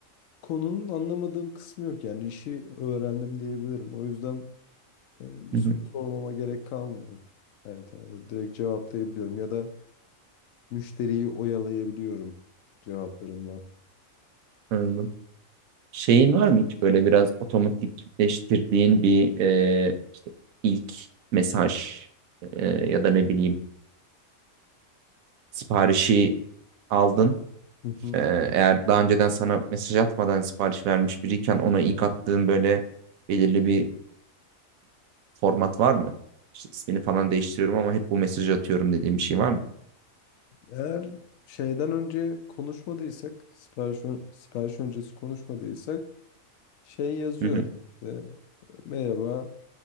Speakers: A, on the left (about 80°); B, on the right (about 85°).
A: konunun anlamadığım kısmı yok. Yani işi öğrendim diyebilirim. O yüzden e, bir
B: hı
A: soru
B: hı.
A: sormama gerek kalmıyor. Her tarafa direkt cevaplayabiliyorum ya da müşteriyi oyalayabiliyorum cevaplarımla.
B: Anladım. Şeyin var mı hiç böyle biraz otomatikleştirdiğin bir ee, ilk mesaj e, ya da ne bileyim siparişi aldın.
A: Hı hı.
B: E, eğer daha önceden sana mesaj atmadan sipariş vermiş biriyken ona ilk attığın böyle belirli bir format var mı? İşte ismini falan değiştiriyorum ama hep bu mesajı atıyorum dediğim bir şey var mı?
A: Eğer şeyden önce konuşmadıysak, sipariş, ön- sipariş öncesi konuşmadıysak şey yazıyor.
B: Hı hı.
A: E, merhaba.